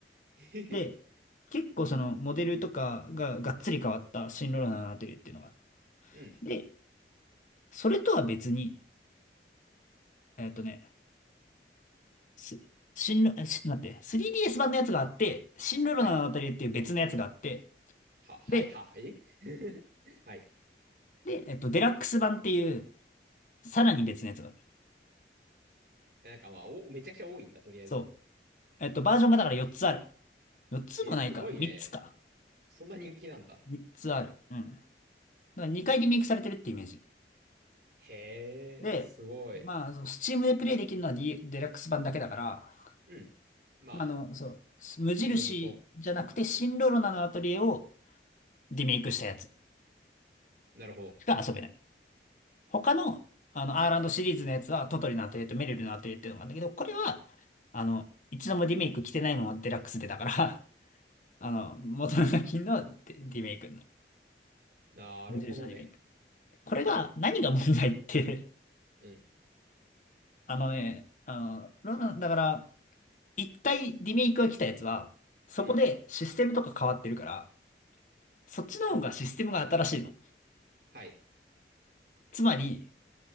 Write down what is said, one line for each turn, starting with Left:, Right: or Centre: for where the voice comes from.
Right: <laughs>
Left: で、結構そのモデルとかががっつり変わった新ロロナのアトリエっていうのが。
Right: うん。
Left: で、それとは別に、えっとね、す新ロ、えし待って、3DS 版のやつがあって、新ロロナのアトリエっていう別のやつがあって、
Right: はい。は、はい、
Left: で、
Right: は、はい。<laughs> はい。
Left: で、えっと、デラックス版っていうさらに別のやつがある。
Right: えなんかまあ、お、めちゃくちゃ多いんだ、とりあえず。
Left: そうえっと、バージョンがだから4つある。4つもないか。
Right: えーすごいね。
Left: 3つか。
Right: そんな人気なんだ。
Left: 3つある。うん。だから2回リメイクされてるってイメージ。
Right: へえ、
Left: で、
Right: すごい。
Left: まあ、そう、s t でプレイできるのは、D、デラックス版だけだから、
Right: うん。まあ、
Left: まあの、そう、無印じゃなくて、
Right: おのずと。
Left: シンロロナのアトリエをリメイクしたやつ
Right: なるほど。
Left: しか遊べない。他の、あの、アーランドシリーズのやつは、トトリのアトリエとメリルのアトリエっていうのがあるんだけど、これは、あの、一度もリメイク来てないままデラックスでだから、<laughs> あの、元の作品のデリメイクになる。
Right: なるほどね。
Left: 無印のリメイク。これが、何が問題って
Right: うん。
Left: <laughs> あのね、あの、ロナだから、一回リメイクが来たやつは、そこでシステムとか変わってるから、
Right: うん。
Left: そっちの方がシステムが新しいの。
Right: もう、はい。
Left: つまり、